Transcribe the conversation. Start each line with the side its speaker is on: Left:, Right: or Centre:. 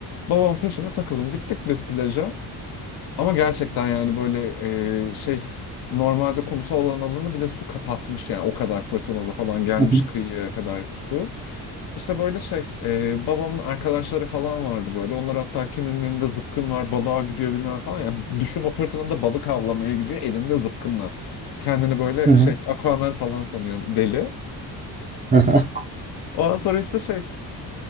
Left: babamın peşine takılım gittik biz plaja ama gerçekten yani böyle e, şey normalde kumsal olan alanı bile su kapatmış yani o kadar fırtınalı falan gelmiş
Right: Hı-hı.
Left: kıyıya kadar su işte böyle şey, e, babamın arkadaşları falan vardı böyle. Onlar hatta kimin elinde zıpkın var, balığa gidiyor bilmem falan. ya düşün o fırtınada balık avlamaya gidiyor elinde zıpkınla. Kendini böyle
Right: Hı-hı.
Left: şey, Aquaman falan sanıyor deli.
Right: Hı-hı.
Left: Ondan sonra işte şey,